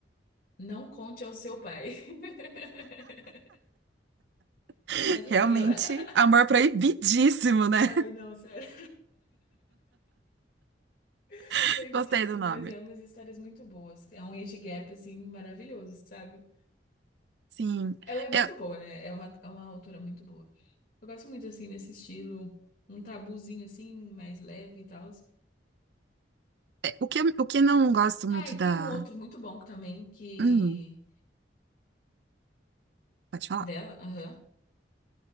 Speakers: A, on the left (about 55°); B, on the right (about 70°).
A: Não conte ao seu pai. <laughs>
B: <laughs>
A: Mas
B: Realmente,
A: assim, ela. <laughs>
B: amor proibidíssimo, né?
A: Ai, não, sério. <laughs>
B: <laughs>
A: Proibidíssimo,
B: Gostei do nome.
A: mas é umas histórias muito boas. É um age gap, assim, maravilhoso, sabe?
B: Sim.
A: Ela é muito
B: Eu,
A: boa, né? É uma, é uma autora muito boa. Eu gosto muito, assim, nesse estilo, um tabuzinho, assim, mais leve e tal.
B: é, o que, eu- o que eu não gosto
A: Ah,
B: muito
A: e
B: da.
A: tem um outro muito bom também, que.
B: Hum, pode falar.
A: Dela. Aham.